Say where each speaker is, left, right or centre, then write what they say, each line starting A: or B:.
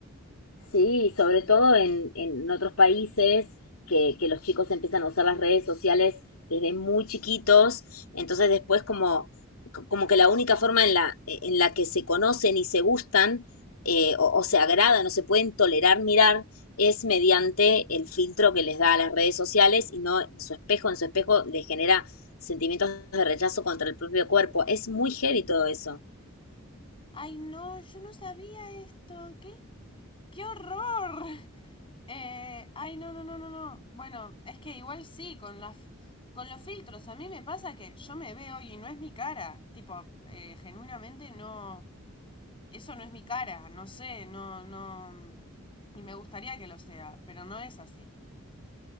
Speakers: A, on the left (about 80°); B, on the left (about 25°).
A: Sí, sobre todo en, en otros países que, que los chicos empiezan a usar las redes sociales desde muy chiquitos, entonces después como, co- como que la única forma en la, en la que se conocen y se gustan eh, o, o se agradan o se pueden tolerar mirar es mediante el filtro que les da a las redes sociales y no en su espejo, en su espejo les genera sentimientos de rechazo contra el propio cuerpo. Es muy heavy todo eso.
B: Ay, no, yo no sabía esto. ¿Qué? ¡Qué horror! <laughs> Eh, ay, no, no, no, no, no. Bueno, es que igual sí, con las, con los filtros. A mí me pasa que yo me veo y no es mi cara. Tipo, eh, genuinamente no. Eso no es mi cara. No sé, no, no. Y me gustaría que lo sea, pero no es así.